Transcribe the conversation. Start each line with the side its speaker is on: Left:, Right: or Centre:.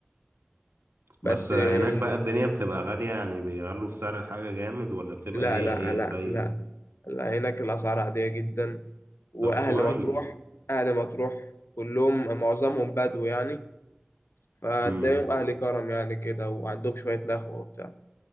Left: بس
Right: بس هناك
Left: آه،
Right: بقى الدنيا بتبقى غالية يعني بيغلوا في سعر الحاجة جامد ولا بتبقى
Left: لا
Right: هي
Left: لا لا
Right: هي زي
Left: لا لا هناك الاسعار عاديه جدا واهل
Right: طب كويس
Left: مطروح اهل مطروح كلهم معظمهم بدو يعني فتلاقيهم
Right: امم
Left: اهل كرم يعني كده وعندهم شويه نخوه وبتاع